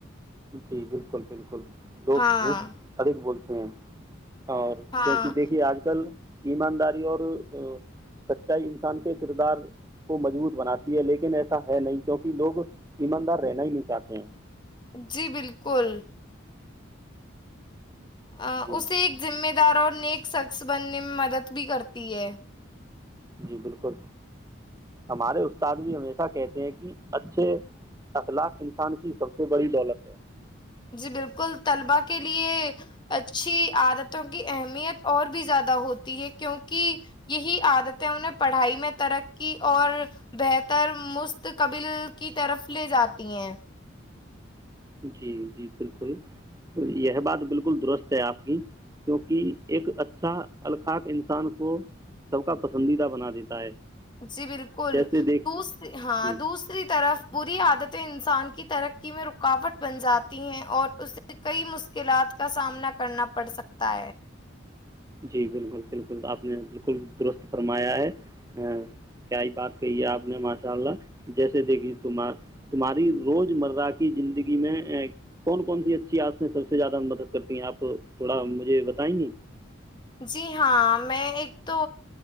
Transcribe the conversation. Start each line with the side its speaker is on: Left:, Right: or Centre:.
Right: جی بالکل بالکل لوگ
Left: ہاں
Right: جوٹ سد بولتے تین <inaudible> اور
Left: ہاں
Right: کیونکہ دیکھیے آج کل ایمانداری اور سچائی انسان کے کردار کو مضبوط بناتی ہے لیکن ایسا ہے نہیں کیونکہ لوگ ایماندار رہنا ہی نہیں چاہتے ہیں
Left: جی بالکل <unintelligible> ا
Right: جی
Left: اسی ایک جمے <unintelligible> دار اور نیک شخص بننے میں مدد بھی کرتی ہے
Right: جی بالکل ہمارے استاد بھی ہمیشہ کہتے ہیں کہ اچھے اخلاق انسان کی سب سے بڑی دولت ہے
Left: جی بالکل طلبا کے لیے اچھی عادتوں کی اہمیت اور بھی زیادہ ہوتی ہے کیونکہ یہی عادتیں انہیں پڑھائی میں ترقی اور بہتر مستقبل کی طرف لے جاتی ہیں
Right: جی جی بالکل تو یہ بات بالکل درست ہے آپ کی کیونکہ ایک اچھا الخاق انسان کو سب کا پسندیدہ بنا دیتا ہے
Left: جی بالکل
Right: جیسے دیکھ
Left: دوسری ہاں
Right: جی
Left: دوسری طرف پوری عادتیں انسان کی ترقی میں رکاوٹ بن جاتی ہیں اور اسے کئی مشکلات کا سامنا کرنا پڑ سکتا ہے
Right: جی بالکل بالکل آپ نے بالکل درست فرمایا ہے کیا ہی بات کہی ہے آپ نے ماشاء اللہ جیسے دیکھی تم تمہاری روزمرہ کی زندگی میں کون کون سی اچھی عتیں سب سے زیادہ مدد کرتی ہیں آپ تھوڑا مجھے بتائیں گے
Left: جی ہاں میں ایک تو